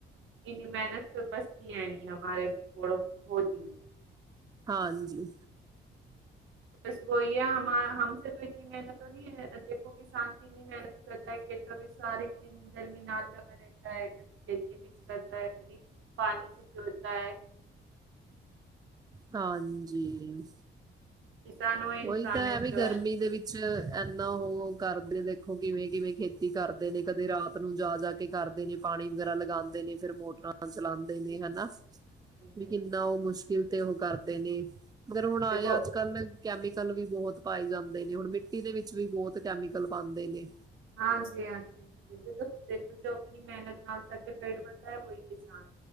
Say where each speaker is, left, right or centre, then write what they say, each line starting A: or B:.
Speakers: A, on the right; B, on the right.
A: ਇੰਨੀ ਮਿਹਨਤ ਤਾਂ ਬਸ ਕੀ ਹੈ ਨੀ ਹਮਾਰੇ, ਕੋਲੋਂ ਹੋਤੀ ਹੀ ਨੀ।
B: ਹਾਂਜੀ
A: ਬਸ ਵਹੀ ਹੈ ਹਮ ਹਮਸੇ ਇਤਨੀ ਮੇਹਨਤ ਨਹੀ ਹੈ ਦੇਖੋ ਕਿਸਾਨ ਕੀ ਇਨੀ ਮਿਹਨਤ ਕਰਤਾ ਹੈ ਖੇਤਾਂ ਵਿੱਚ ਸਾਰੇ ਦਿਨ ਗਰਮੀ ਨਾਲ ਲਗਾ ਰਹਿਤਾ ਹੈ ਕ ਖੇਤੀ। ਕਰਦਾ ਹੈ ਕਦੀ, ਪਾਣੀ ਸੇ ਜੋਤਤਾ ਹੈ।
B: ਹਾਂਜੀ,
A: ਕਿਸਾਨੋ ਇਨਸਾਨ
B: ਉਹੀ ਤਾਂ ਹੈ
A: ਚੋ
B: ਵੀ ਗਰਮੀ ਦੇ ਵਿੱਚ ਇੰਨਾ ਉਹ ਕਰਦੇ, ਦੇਖੋ ਕਿਵੇਂ ਕਿਵੇਂ ਖੇਤੀ ਕਰਦੇ ਨੇ, ਕਦੇ ਰਾਤ ਨੂੰ ਜਾ ਜਾ ਕੇ। ਤੇ ਕਰਦੇ ਨੇ ਪਾਣੀ ਵਗੈਰਾ ਲਗਾਂਦੇ ਨੇ ਫਿਰ ਮੋਟਰਾਂ। ਹੱਲ ਚਲਾਉਂਦੇ ਨੇ ਹਨਾ ਵੀ
A: ਨੇ
B: ਕਿੰਨਾ
A: ਬਹੁਤ
B: ਉਹ
A: ਹਨਾ।
B: ਮੁਸ਼ਕਿਲ। ਤੇ ਉਹ ਕਰਦੇ ਨੇ, ਫੇਰ ਹੁਣ
A: ਹਾਂਜੀ
B: ਆਏ
A: ਤੇ
B: ਅੱਜ ਕੱਲ ਕੈਮੀਕਲ ਵੀ ਬਹੁਤ ਪਾਏ ਜਾਂਦੇ ਨੇ, ਹੁਣ ਮਿੱਟੀ ਦੇ ਵਿੱਚ ਵੀ ਬਹੁਤ ਕੈਮੀਕਲ ਪਾਂਦੇ ਨੇ।
A: ਹਾਂਜੀ ਹਾਂਜੀ ਦੇਖੋ ਜੋ ਆਪਣੀ ਮਿਹਨਤ ਨਾਲ ਸਬ ਦਾ ਪੇਟ ਭਰਦਾ ਹੈ, ਵੋਹੀ ਕਿਸਾਨ।